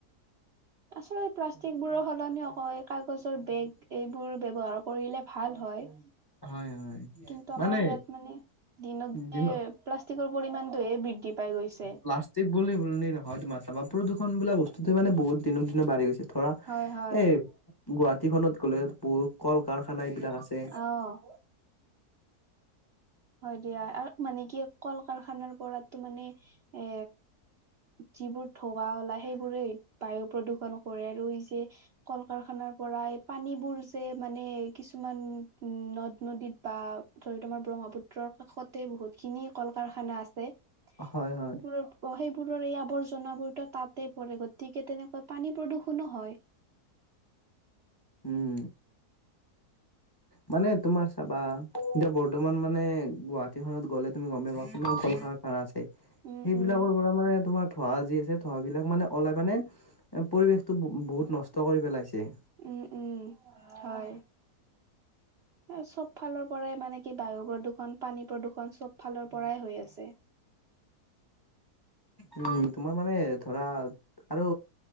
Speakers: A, on the right; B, on the left.
A: আচলতে প্লাষ্টিক বোৰৰ সলনি হয় ক- গছৰ বেগ, এইবোৰ ব্যৱহাৰ কৰিলে ভাল হয়।
B: হয় হয়
A: কিন্তু আমাৰ
B: মানে
A: ইয়াত মানে দিনক দিনে-
B: দিনত
A: প্লাষ্টিকৰ পৰিমাণটোহে বৃদ্ধি- পাই গৈছে।
B: প্লাষ্টিক বুলি বুলি নহয় তোমাৰ চাবা প্ৰদূষণ বোলা বস্তুটো মানে বহুত দিনক দিনে বাঢ়ি গৈছে। ধৰা
A: হয় হয়
B: এই গুৱাহাটীখনত গ'লে বহুত কল কাৰখানা এইবিলাক আছে।
A: অ'। হয় দিয়া আৰু মানে কি কল কাৰখানাৰ পৰাতো মানে এ যিবোৰ ধোৱা ওলাই সেইবোৰে বায়ু প্ৰদূষন কৰে আৰু এই যে কল - কাৰখানাৰ পৰা এই পানীবোৰ যে মানে কিছুমান উম, নদ - নদীত বা ধৰি তোমাৰ ব্ৰহ্মপুত ত্ৰৰ কাষতে বহুতখিনি কল - কাৰখানা আছে।
B: হয় হয়
A: <unintelligible> অ, সেইবোৰৰ এই আৱৰ্জনাবোৰতো তাতেই পৰে গতিকে তেনেকৈ পানী প্ৰদূষণো হয়।
B: উম। মানে তোমাৰ চাবা এতিয়া বৰ্তমান মানে গুৱা টিখনত গ'লে তুমি গম পাবা কিমান কল কাৰখানা আছে সেইবিলাকৰ
A: উম উম।
B: পৰা মানে তোমাৰ ধোঁৱা যি আছে ধোঁৱাবিলাক মানে ওলাই মানে এ পৰিৱেশটো ব বহুত নষ্ট কৰি পেলাইছে।
A: উম - উম হয়। এ চবফালৰ পৰাই মানে কি বায়ু প্ৰদূষণ, পানী প্ৰদূষন চবফালৰ পৰাই হৈ আছে।
B: উম, তোমাৰ মানে ধৰা আৰু